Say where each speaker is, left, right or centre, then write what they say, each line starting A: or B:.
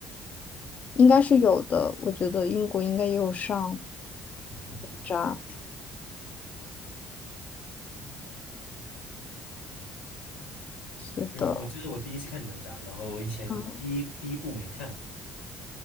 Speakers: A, on the left; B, on the left.
A: 应该是有的，我觉得英国应该也有上
B: 嗯哼，
A: 扎。
B: 是 OK。
A: 是的，
B: 因为我记得我第一次看哪吒，然后我以前第一第一部没看过，
A: 嗯，